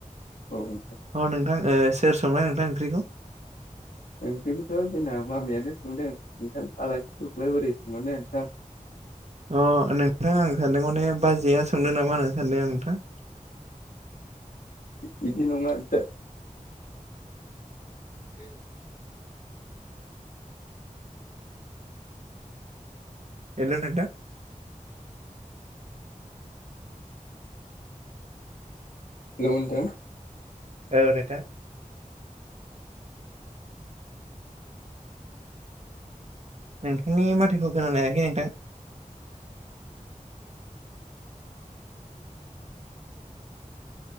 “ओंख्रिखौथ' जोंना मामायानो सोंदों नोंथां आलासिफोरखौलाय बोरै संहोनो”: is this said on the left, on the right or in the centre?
Left